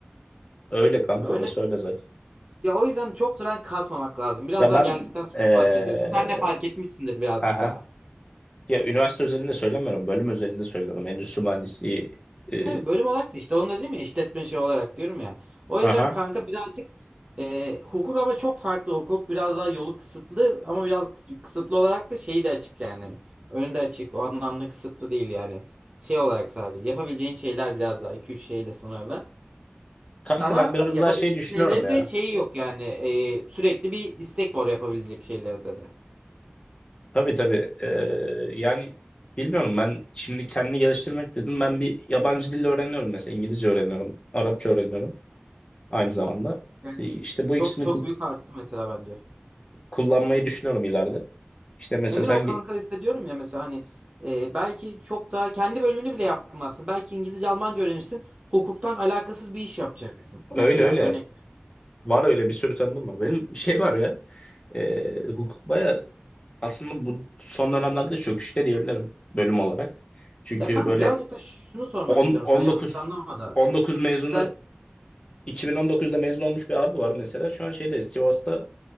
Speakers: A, on the left; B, on the right.
A: Öyle kanka
B: Öyle.
A: orası öyle zaten.
B: Ya o yüzden çok da ben kasmamak lazım. Biraz
A: Ya
B: daha
A: ben
B: geldikten sonra
A: ee,
B: fark ediyorsun. Sen de fark
A: <laughs>
B: etmişsindir birazcık
A: aha.
B: daha.
A: Ya üniversite özelinde söylemiyorum. Bölüm özelinde söylüyorum. Endüstri mühendisliği ee,
B: Tabii bölüm olarak da işte onu da değil mi işletme şey olarak diyorum ya. O yüzden
A: aha.
B: kanka birazcık e, hukuk ama çok farklı hukuk biraz daha yolu kısıtlı ama biraz kısıtlı olarak da şeyi de açık yani. Önünde açık o anlamda kısıtlı değil yani. Şey olarak sadece yapabileceğin şeyler biraz daha iki üç şeyle sınırlı.
A: Kanka
B: Ama
A: ben biraz
B: yapabileceğin
A: daha şey düşünüyorum
B: şeylerin
A: ya.
B: de şeyi yok yani e, sürekli bir istek var yapabilecek şeylerde de.
A: Tabii tabii. Ee, yani bilmiyorum ben şimdi kendini geliştirmek dedim. Ben bir yabancı dil öğreniyorum mesela. İngilizce öğreniyorum. Arapça öğreniyorum aynı zamanda.
B: Yani
A: Ee, İşte bu
B: çok
A: ikisini
B: çok
A: kul-
B: büyük arttı mesela bence.
A: kullanmayı düşünüyorum ileride. İşte mesela
B: Emin
A: sen
B: ol
A: ge-
B: kanka hissediyorum ya mesela hani e, belki çok daha kendi bölümünü bile yapmazsın. Belki İngilizce Almanca öğrenirsin. Hukuktan alakasız bir iş yapacaksın. Mesela
A: öyle öyle.
B: örnek.
A: Var öyle bir sürü tanıdığım var. Benim <laughs> şey var ya. ee, hukuk baya aslında bu son dönemlerde çöküşte diyebilirim bölüm olarak. Çünkü
B: Ya kanka
A: böyle
B: birazcık da şunu sormak
A: 10,
B: istiyorum
A: 19
B: sana yanlış anlama da.
A: 19 mezunu
B: Sen
A: 2019'da mezun olmuş bir abi var mesela. Şu an şeyde Sivas'ta